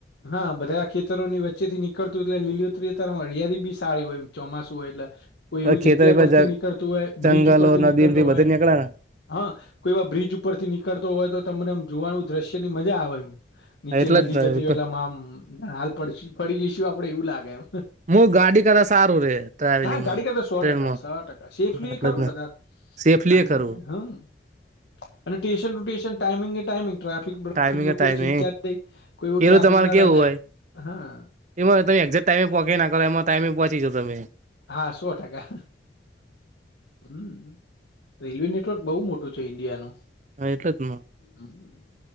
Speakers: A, on the left; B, on the right.
A: હા બધારેા ખેતરોની વચ્ચેથી નીકળતું એટલે લીલીલોત અત્યારે હળિયાળી બી સારી હોય એમ ચોમાસું હોય એટલે. કોઈ એવી
B: ખેતર
A: જગ્યા
B: એટલે
A: પરથી નીકળતું હોય
B: જંગલો
A: બ્રિજ ઉપરથી
B: નદીથી
A: નીકળતો હોય.
B: બધે નીકળે ને
A: હા, કોઈ એવા બ્રિજ ઉપર થી નીકળતો હોય તો તમનેમ જોવાનું દ્રશ્ય ની મજા આવે એમ. નીચે
B: એટલે
A: નદી
B: જ
A: જતી હો એટલે મામ હાલ પડ પડી જઈશું આપડે એવું લાગે એમ.
B: હું ગાડી કરતા સારું રે ટ્રાવેલિંગમાં
A: હા ગાડી કરતા સો
B: ટ્રેનમાં
A: ટકા સો ટકા સેફલી
B: એટલે
A: કરું
B: જ ને
A: બધા.
B: સેફલી
A: ગાડી
B: એ કરવું
A: કરતા હમ. અને ટ્યુશન ટુ ટ્યશન ટાઈમિંગ એ ટાઈમિંગ. ટ્રાફિક બ્રાફિક
B: ટાઈમિંગ
A: ન
B: ટાઈમિંગ
A: કોઈ ચિંતા જ નઈ, કોઈ એવું
B: પેલું
A: ટ્રાફિક
B: તમારે
A: નાડને
B: કેવું હોય
A: હા.
B: એમાં તમે એક્ઝેક ટાઈમેહ ના કરો એમાં ટાઈમે પહોચી જો તમે.
A: હા સો ટકા. હમ, રેલવે નેટવર્ક બહ મોટું છે ઈન્ડિયા ન.
B: હા એટલે જ ન
A: હમ.